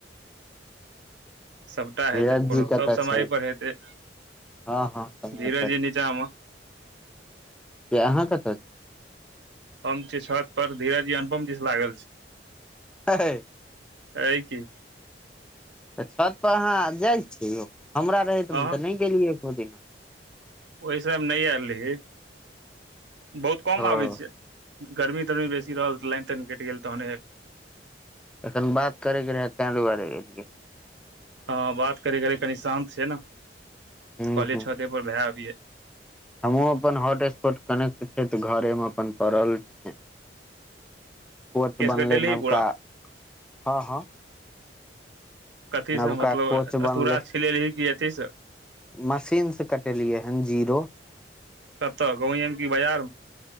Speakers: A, on the right; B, in the centre.
A: सबटा
B: धीरज
A: हेतै कोनो
B: जी कतऽ
A: सब समय
B: छै
A: पर हेतै
B: हँ हँ समय
A: धीरेजी
B: पर
A: नीचा में
B: किया अहाँ कत
A: हम छी छत पर धीरजजी अनुपम जी स लागल छै
B: हहय
A: हइ की
B: तऽ छतपर अहाँ जाइ छियै यौ हमरा रहैतमे
A: अहाँ
B: तऽ नहि गेलियै एको दिना
A: ओहि समय में नै आयल रही बहुत कम
B: ओ
A: आबै छै गर्मी तरमी बेसी रहल तऽ लाइन ताइन कटि गेल तहने
B: एखन बात करे के रहे तें दुआरे एलिये
A: ह बात करे घरी कनी शान्त छै न
B: हूँ
A: कहलिये
B: हूँ
A: कनी छते पर भए अबिये
B: हमहुँ अपन हॉटस्पॉट कनेक्ट छै तऽ घरे में अपन पड़ल छी कोच
A: केश
B: बनलै
A: कटेलही
B: नबका
A: पूरा
B: हँ हँ
A: कथी
B: नवका
A: से मतलब
B: कोच बनलै
A: स्तूरा स छिलेलही की अथी से
B: मशीन से कटेलियै हन जीरो
A: कतऽ गाँवमे की बाजार में